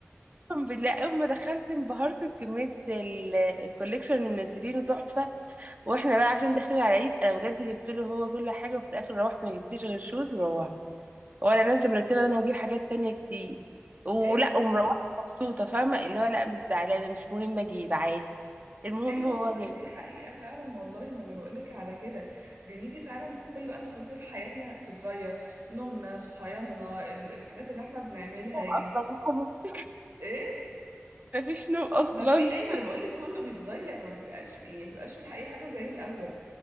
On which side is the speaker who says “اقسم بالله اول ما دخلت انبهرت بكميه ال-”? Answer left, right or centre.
Right